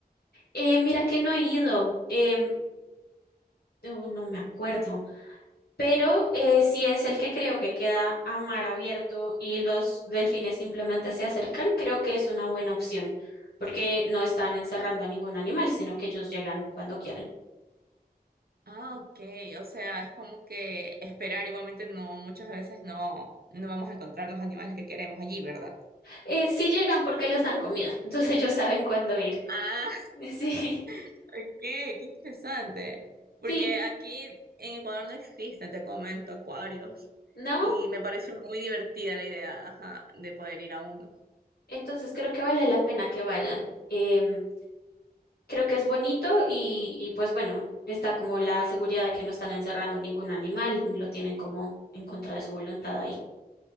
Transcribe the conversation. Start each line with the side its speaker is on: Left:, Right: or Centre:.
Left: Eh, mira que no he ido, em, oh, no me acuerdo, pero eh, sí es el que creo que queda a mar abierto y los delfines simplemente se acercan, creo que es una buena opción, porque no están encerrando a ningún animal, sino que ellos llegan cuando quieren.
Right: Ah, ok. O sea, es como que esperar igualmente no, muchas veces no, no vamos a encontrar los animales que queremos allí, ¿verdad?
Left: Eh, sí llegan porque les dan comida, entonces ellos saben cuándo ir.
Right: Ah,
Left: <laughs> Sí,
Right: <laughs> ok, qué interesante. Porque
Left: sí,
Right: aquí en Ecuador no existen, te comento, acuarios.
Left: ¿no?
Right: Y me pareció muy divertida la idea, ajá, de poder ir a uno.
Left: Entonces creo que vale la pena que vayan. Em, creo que es bonito y, y pues bueno, está como la seguridad de que no están encerrando ningún animal, lo tienen como en contra de su voluntad ahí.